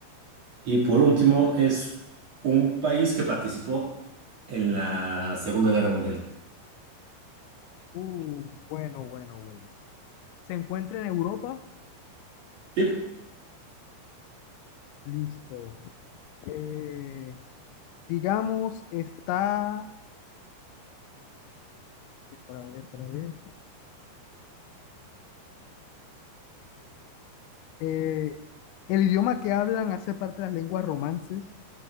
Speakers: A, on the right; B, on the left.
A: Y por último, es un país que participó en la Segunda Guerra Mundial.
B: Uh, bueno, bueno, bueno. ¿Se encuentra en Europa?
A: Sí,
B: Listo. Eh, digamos, está... Para ver, para ver. Eh, el idioma que hablan hace parte de las lenguas romances.